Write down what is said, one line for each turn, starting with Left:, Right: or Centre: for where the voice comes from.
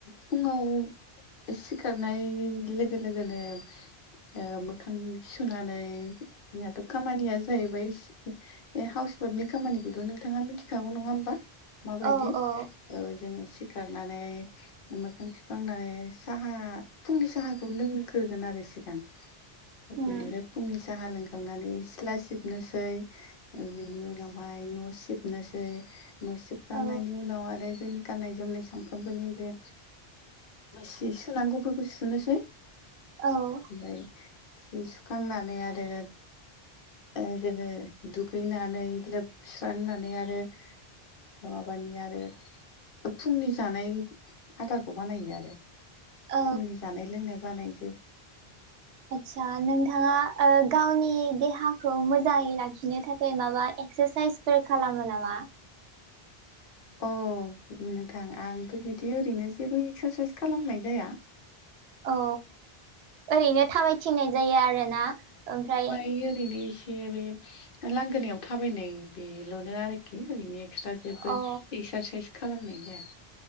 Left: फुङाव सिखारनाय लोगो लोगोनो ओ मोखां सुनानै नियाथ' खामानिया जाहैबाय ए हाउस वाइफनि खामानिखौथ' नोंथाङा मिथिखागौ नङा होमबा माबायदि।
Right: औ औ
Left: औ जोङो सिखारनानै मोखां सुखांनानै साहा फुंनि साहाखौ लोंग्रोगोन आरो सिगां। बेनिफ्राय
Right: उम
Left: फुंनि साहा लोंखांनानै सिथ्ला सिबनोसै। बिनि उनावहाय न' सिबनोसै न' सिबखांनायनि
Right: औ
Left: उनाव आरो जोंनि गाननाय जोमनाय सानफ्रोमबोनि बे सि सुनांगौफोरखौ सुनोसै।
Right: औ
Left: ओमफ्राय सि सुखांनानै आरो ओ जोङो दुगैनानै लोबस्रांनानै आरो माबानि आरो फुंनि जानाय आदारखौ बानायो आरो
Right: औ
Left: फुंनि जानाय लोंनाय बानायजोब
Right: आटचा नोंथाङा गावनि देहाखौ मोजाङै लाखिनो थाखाय माबा एक्सारसाइस खालामो नामा?
Left: अ उम नोंथां आंथ' बिदि ओरैनो जेबो एक्सारसाइस खालामनाय जाया।
Right: औ ओरैनो थाबायथिंनाय जायो आरोना। ओमफ्राय
Left: बे ओरैनो एसे बे लांगोनायाव थाबायनाय बेल'नो आरोखि ओरैनो एक्सट्रा जेबो
Right: औ
Left: एक्सारसाइस खालामनाय जाया।